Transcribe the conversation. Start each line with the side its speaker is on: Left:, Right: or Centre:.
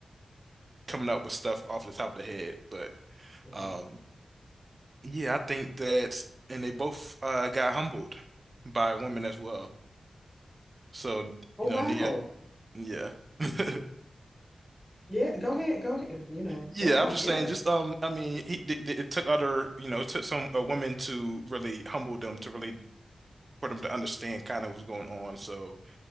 Right: coming up with stuff off the top of the head. But
Centre: Right.
Right: um, yeah, I think that's and they both uh got humbled by women as well. So
Centre: oh
Right: you
Centre: wow.
Right: know, Nia, yeah. <laughs>
Centre: Yeah, go ahead, go ahead, you know,
Right: Yeah,
Centre: go off.
Right: I'm just
Centre: Yes.
Right: saying, just um, I mean, he, th th- it took other, you know, it took some uh, women to really humble them to really for them to understand kind of what's going on. So,